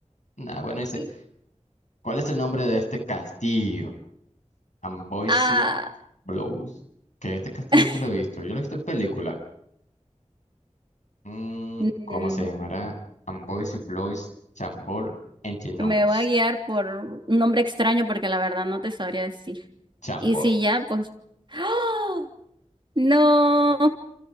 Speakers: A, on the left; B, on the right.
A: nada, bueno, dice,
B: Y-
A: ¿cuál es el nombre de este castillo? Amboise
B: Ah,
A: Blows. ¿Qué este castillo
B: <laughs>
A: dónde lo he visto? Yo lo he visto en películas. Mm,
B: mm,
A: ¿cómo se llamará? Amboise Blois Chambord Engines.
B: me voy a guiar por un nombre extraño porque la verdad no te sabría decir.
A: Chambord.
B: Y si ya, pues ¡Oh! No.